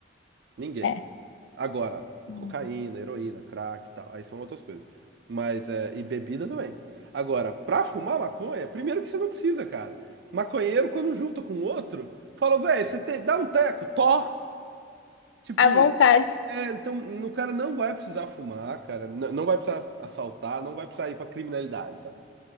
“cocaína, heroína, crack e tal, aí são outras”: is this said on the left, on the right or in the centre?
Right